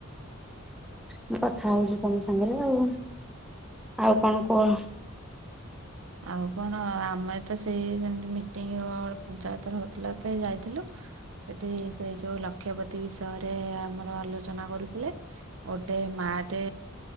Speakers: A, in the centre; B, on the right.
A: ମୁଁ କଥା ହଉଛି ତମ ସାଙ୍ଗରେ ଆଉ। ଆଉ କଣ କୁହ?
B: ଆଉ କଣ ଆମେ ତ ସେଇ ଯେମିତି ମିଟିଙ୍ଗ ପଞ୍ଚାୟତରେ ହଉଥିଲା ତ ଯାଇଥିଲୁ। ସେଠି ସେଇ ଯୋଉ ଲକ୍ଷପତି ବିଷୟରେ ଆମର ଆଲୋଚନା କରୁଥିଲେ। ଗୋଟେ ମା ଟେ